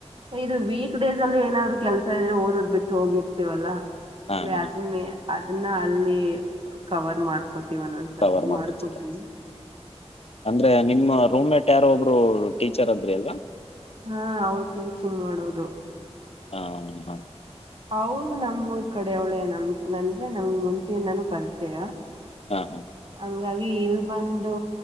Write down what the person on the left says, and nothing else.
ಹಾ
ಹಾ
ಕವರ್ ಮಾಡ್ಕೊತೀರ
ಅಂದ್ರೆ ನಿಮ್ಮ ರೂಮ್ ಮೇಟ್ ಯಾರೊ ಒಬ್ರು. ಟೀಚರ್ ಅಂದ್ರಿ ಅಲ್ವಾ.
ಹಾ ಹ.
ಹಾ